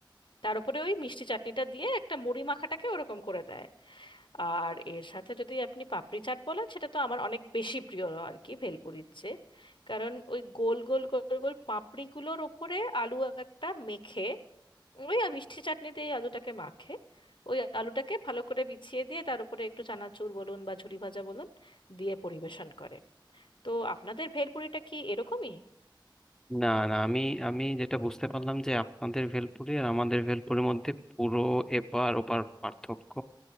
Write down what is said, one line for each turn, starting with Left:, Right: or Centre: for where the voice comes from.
Left: তার উপরে ওই মিষ্টি চাটনিটা দিয়ে একটা মুড়ি মাখাটাকে ওরকম করে দেয় আর এর সাথে যদি আপনি পাপড়ি চাট বলেন সেটা তো আমার অনেক বেশি প্রিয় আর কি ভেলপুরির চেয়ে কারণ ওই গোল গোল গোল গোল পাপড়িগুলোর ওপরে আলু একটা মেখে ওই আ- মিষ্টি চাটনিতে এই আলুটাকে মাখে ওই আলুটাকে ভালো করে বিছিয়ে দিয়ে তার উপরে একটু চানাচুর বলুন বা ঝুরি ভাজা বলুন দিয়ে পরিবেশন করে তো আপনাদের ভেলপুরিটা কি এরকমই
Centre: না না আমি আমি যেটা বুঝতে পারলাম যে আপনাদের ভেলপুরি আর আমাদের ভেলপুরির মধ্যে পুরো এপার ওপার পার্থক্য